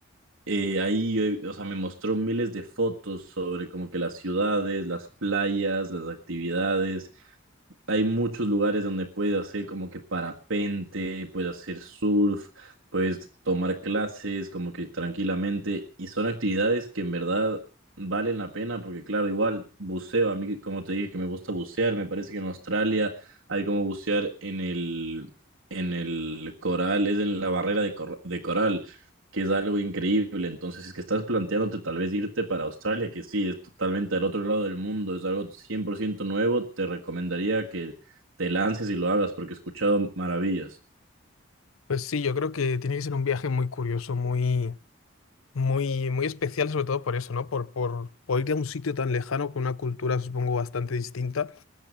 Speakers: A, on the right (about 80°); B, on the left (about 85°).
A: Eh, ahí, yo he- o sea, me mostró miles de fotos sobre como que las ciudades, las playas, las actividades, hay muchos lugares donde puedes hacer como que parapente, puedes hacer surf, puedes tomar clases como que tranquilamente y son actividades que en verdad valen la pena porque claro, igual buceo, a mí como te dije que me gusta bucear, me parece que en Australia hay como bucear en el, en el coral, es en la barrera de, cor- de coral que es algo increíble. Entonces, si es que estás planteándote tal vez irte para Australia, que sí, es totalmente al otro lado del mundo, es algo 100% nuevo, te recomendaría que te lances y lo hagas porque he escuchado maravillas.
B: Pues sí, yo creo que tiene que ser un viaje muy curioso, muy, muy, muy especial, sobre todo por eso, ¿no? Por, por, por ir a un sitio tan lejano con una cultura, supongo, bastante distinta